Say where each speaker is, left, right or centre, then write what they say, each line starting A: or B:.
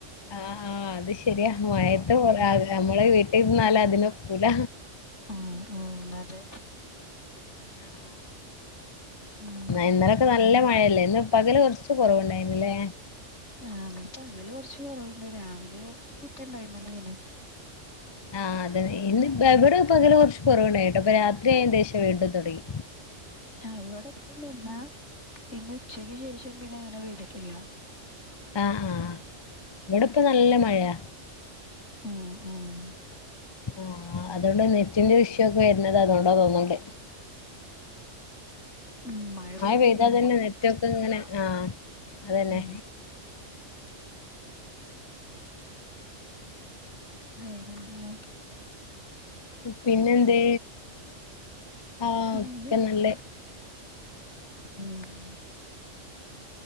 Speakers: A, on the left (about 40°); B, on the left (about 65°).
A: ആഹ് ആഹ് അത് ശെരിയാ, മഴയത്ത്
B: ആഹ്
A: നമ്മള് വീട്ടിൽ ഇരുന്നാല് അതിനൊക്കൂല
B: ആഹ് ആഹ് അതെ
A: ആ, ആ.
B: ഉം
A: ഇന്നലൊക്കെ നല്ല മഴയല്ലേ. ഇന്ന് പകല് കുറച്ച് കുറവുണ്ടായിരുന്നില്ലേ
B: ആഹ് ഇന്ന് പകല് കുറച്ച് കുറവുണ്ട്, രാവിലെ ഒക്കെ ഉണ്ടായിരുന്നല്ലോ <unintelligible>
A: ആഹ് അതെ ഇന്ന് ഇവിടെ പകല് കുറച്ച് കുറവുണ്ടായിട്ടോ, ഇപ്പൊ രാത്രിയായ ശേഷം വീണ്ടും തുടങ്ങി
B: ആഹ് ഇവിടെ ഇപ്പൊന്നും ഇല്ലാ, ഇന്ന് ഉച്ചയ്ക്ക് ശേഷം പിന്നെ അങ്ങനെ പെയ്തിട്ടില്ല
A: ആഹ് ആഹ് ഇവിടിപ്പം നല്ല മഴയാ
B: ആഹ് ആഹ്
A: ആഹ് അതുകൊണ്ട് നെറ്റിന്റെ വിഷയൊക്കെ വരുന്നത് അതുകൊണ്ടാ തോന്നണുണ്ട്
B: ഉം മഴ പെയ്ത്
A: പെയ്താ
B: കഴിഞ്ഞാൽ
A: തന്നെ
B: പിന്നെ
A: നെറ്റൊക്കെ
B: നെറ്റ് കിട്ടൂല,
A: ഇങ്ങനെ ആഹ് അതന്നെ
B: ഉം വേറെന്താ
A: പിന്നെന്തേ ആഹ്
B: പിന്നെന്താ
A: ഒക്കെ നല്ല
B: ഉം